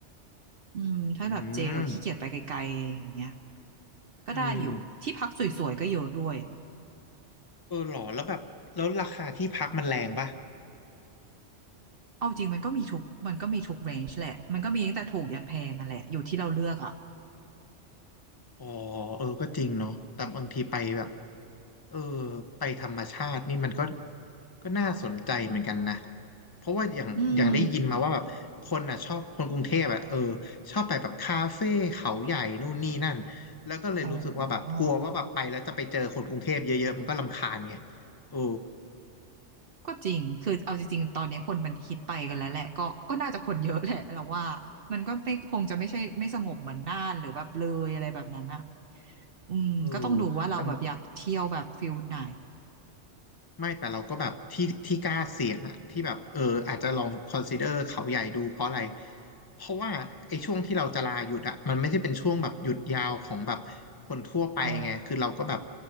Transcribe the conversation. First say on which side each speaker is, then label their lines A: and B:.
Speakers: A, on the right; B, on the left.
A: ๆอืมถ้าแบบเจแบบขี้เกียจไปไกลๆอย่างเงี้ย
B: อืม
A: ก็ได้อยู่ที่พักสวยๆก็เยอะด้วย
B: อืมเออหรอแล้วแบบแล้วราคาที่พักมันแรงป่ะ
A: เอาจริงมันก็มีทุกมันก็มีทุกเรนจ์แหละมันก็มีตั้งแต่ถูกยันแพงนั่นแหละอยู่ที่เราเลือกอ่ะ
B: อ๋อเออก็จริงเนาะแต่บางทีไปแบบเออไปธรรมชาตินี่มันก็ก็น่าสนใจเหมือนกันนะ เพราะว่าอย่างอย่างได้ยินมาว่าแบบคนอ่ะชอบคนกรุงเทพอ่ะเออ
A: อืม
B: ชอบไปแบบคาเฟ่เขาใหญ่นู่นนี่นั่นแล้วก็เลยรู้สึกว่าแบบกลัวว่าแบบไปแล้วจะไปเจอคนกรุงเทพเยอะๆมันก็รำคาญไง
A: อ๋อ
B: เออ
A: ก็จริงคือเอาจริงๆตอนนี้คนมันฮิตไปกันแล้วแหละก็ก็น่าจะคนเยอะแหละเราว่ามันก็ไม่คงจะไม่ใช่ไม่สงบเหมือนน่านหรือแบบเลยอะไรแบบนั้นอ่ะอืมก็ต้องดูว่าเราแบบอยากเที่ยวแบบฟิลไหน
B: เออมัน ไม่แต่เราก็แบบที่ที่กล้าเสี่ยงอะที่แบบเอออาจจะลอง consider เขาใหญ่ดูเพราะอะไรเพราะว่าไอ้ช่วงที่เราจะลาหยุดอะมันไม่ใช่เป็นช่วงแบบหยุดยาวของแบบคนทั่วไปไงคือเราก็แบบ
A: อ๋อ